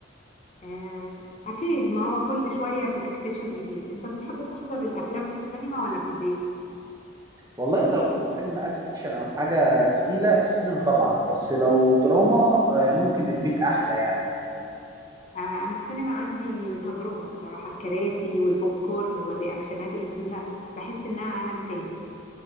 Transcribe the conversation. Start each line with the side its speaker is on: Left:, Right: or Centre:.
Left: آه، أكيد ما هو كل شوية بتكتشف جديد أنت بتحب تحضر الأفلام في السينما ولا في البيت؟
Right: والله لو فيلم اكشن او حاجة تقيلة السينما طبعا بس لو دراما آه ممكن البيت احلى يعني
Left: آه، أنا السينما عندي تجربة بصراحة الكراسي والبوب كورن والرياكشنات اللي فيها بحس إنها عالم تاني